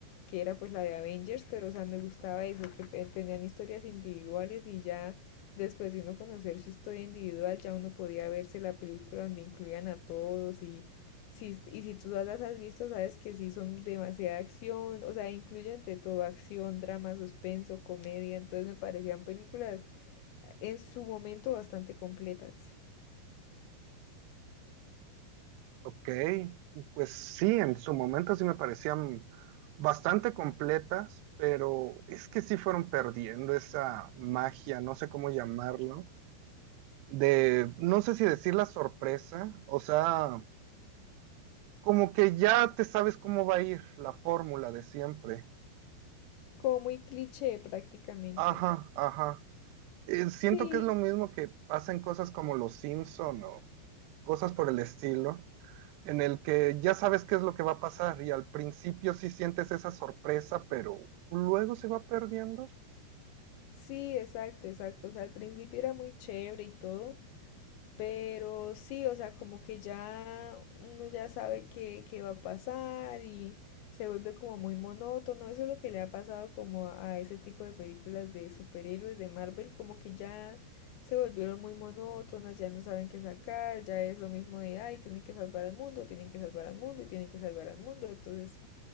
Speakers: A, on the left; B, on the right.
A: que era pues la de Avengers, pero o sea, me gustaba eso, que pe- tenían historias individuales y ya después de uno conocer su historia individual, ya uno podía verse la película donde incluían a todos y... Si, y si tú las has visto, sabes que sí son demasiada acción, o sea, incluyen de todo acción, drama, suspenso, comedia, entonces me parecían películas en su momento bastante completas.
B: Ok, pues sí, en su momento sí me parecían bastante completas, pero es que sí fueron perdiendo esa magia, no sé cómo llamarlo, de, no sé si decir la sorpresa, o sea, como que ya te sabes cómo va a ir la fórmula de siempre.
A: Como muy cliché prácticamente.
B: Ajá, ajá. Eh, siento
A: Sí,
B: que es lo mismo que pasa en cosas como Los Simpson o cosas por el estilo en el que ya sabes qué es lo que va a pasar y al principio sí sientes esa sorpresa, pero luego se va perdiendo un
A: sí, exacto, exacto. O sea, al principio era muy chévere y todo, Pero sí, o sea, como que ya uno ya sabe qué, qué va a pasar y se vuelve como muy monótono. Eso es lo que le ha pasado como a ese tipo de películas de superhéroes de Marvel, como que ya se volvieron muy monótonas, ya no saben qué sacar, ya es lo mismo de, ay, tienen que salvar al mundo, tienen que salvar al mundo y tienen que salvar al mundo. Entonces